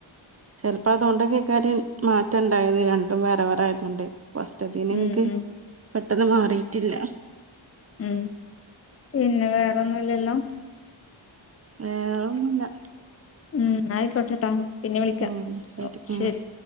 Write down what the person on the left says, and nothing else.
ഉം
ഉം
ഉം പിന്നെ വേറെൊന്നുംല്ലല്ലോ
ഉം ഇന്നാ ആയ്ക്കൊട്ടേട്ടോ പിന്നെ വിളിക്ക
ഓഹ്
ശെരി